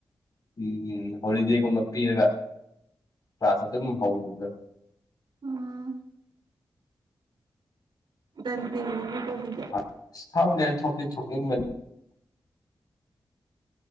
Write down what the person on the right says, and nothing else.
ꯎꯝ ꯗꯥꯟꯗꯤꯅꯤꯅ‌ꯦꯀ‌ꯣ ꯗꯨ